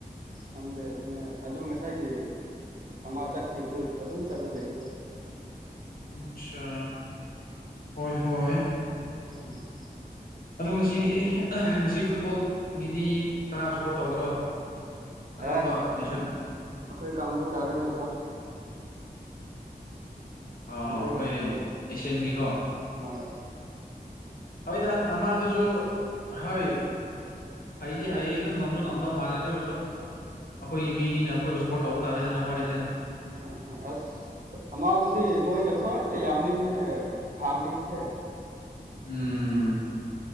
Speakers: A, on the right; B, on the left.
A: ꯈꯪꯗꯦ ꯑꯗꯨꯅꯦ ꯑꯗꯨ ꯉꯁꯥꯏꯒꯤ ꯑꯃ ꯆꯠꯈꯤꯕꯗꯨ ꯑꯗꯨꯝ ꯆꯠꯂ ꯂꯩꯌꯦꯕ
B: ꯑꯆꯥ ꯍꯣꯏ ꯍꯣꯏ
A: ꯎꯝ
B: ꯑꯗꯣ ꯉꯁꯤꯒꯤꯗꯤ ꯉꯁꯤ ꯐꯨꯠꯕꯣꯜꯒꯤꯗꯤ ꯀꯅꯥ ꯁꯞꯄꯣꯔꯠ ꯇꯧꯒꯦꯔꯣ ꯀꯔꯝꯕ
A: ꯑꯦ
B: ꯅꯦꯁꯟ
A: ꯑꯩꯈꯣꯏ ꯀꯥꯡꯕꯨ ꯇꯥꯔꯦꯅꯦꯗꯣ
B: ꯑꯣ
A: ꯑꯩꯈꯣꯏꯒ
B: ꯑꯩꯈꯣꯏ
A: ꯃꯥꯟꯅꯩ
B: ꯑꯦꯁꯤꯌꯥꯟꯒꯤꯀꯣ
A: ꯍꯣꯏ ꯍꯣꯏ
B: ꯍꯣꯏꯗ ꯑꯃꯗꯨꯁꯨ ꯍꯣꯏ ꯍꯩꯗꯤ ꯍꯩꯌꯦ ꯑꯗꯨꯝ ꯉꯝꯁꯨ ꯉꯝꯗꯧ ꯃꯥꯜꯂꯦ ꯑꯗꯨ ꯑꯣꯏꯔꯁꯨ ꯑꯩꯈꯣꯏꯒꯤ ꯃꯤꯅꯤꯅ ꯑꯩꯈꯣꯏꯕꯨ ꯁꯞꯄꯣꯔꯠ ꯇꯧꯕ ꯇꯥꯔꯦꯗꯅ ꯎꯄꯥꯏ ꯂꯩꯇꯦꯅ
A: ꯎꯝ ꯑꯁ ꯑꯃꯗꯨꯗꯤ ꯃꯣꯏꯅ ꯈ꯭ꯋꯥꯏꯅ ꯌꯥꯝꯂꯤꯅꯤꯅꯦ ꯊꯥꯡꯂꯤꯕꯤꯁꯦ
B: ꯎꯝ